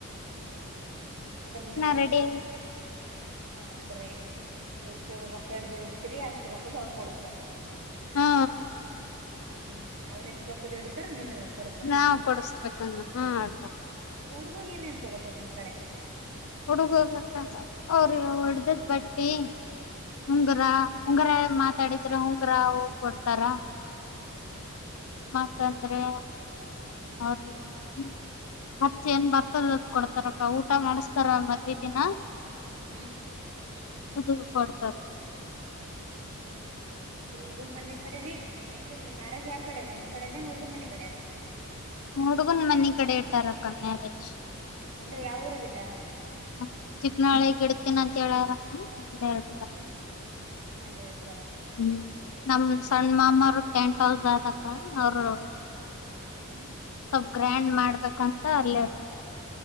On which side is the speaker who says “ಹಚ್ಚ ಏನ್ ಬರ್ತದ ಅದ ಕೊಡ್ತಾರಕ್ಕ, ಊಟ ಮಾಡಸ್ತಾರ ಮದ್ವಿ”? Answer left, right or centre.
Left